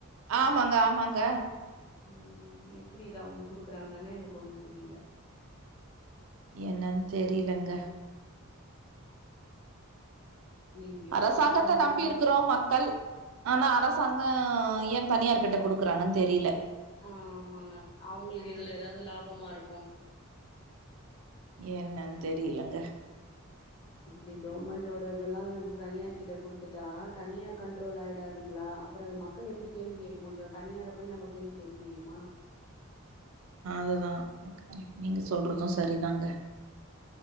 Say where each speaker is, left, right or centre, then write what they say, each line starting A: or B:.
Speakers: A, on the right (about 70°); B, on the left (about 20°).
A: ஆமாங்க ஆமாங்க
B: ம் எப்படி இத அவுங்க குடுக்கறாங்கன்னே எனக்கு ஒண்ணு புரில
A: என்னன் தெரிலங்க
B: எங்கேயோ
A: அரசாங்கத்த
B: போகுதுங்க
A: நம்பி
B: நாடு
A: இருக்கறோ மக்கள் ஆனா அரச சங்க ஏ தனியார் கிட்ட கொடுக்குறாங்கன்னு தெரில
B: ஆஹ் ஆமாங்க அவுங்களுக்கு இதுல எதாவது லாபமா இருக்கு
A: என்னன்னு தெரியலங்க
B: இப்டி கவுர்மண்டோட இதெல்லா தனியார் கிட்ட குடுத்துட்டா தனியார் கண்ட்ரோல் ஆயிடாதுங்களா அப்பறோ மக்கள் எப்டி கேள்வி கேக்க முடியு தனியார போய் நம்ம கேள்வி கேக்க முடியுமா
A: அதுதா நீங்க சொல்றது சரிதாங்க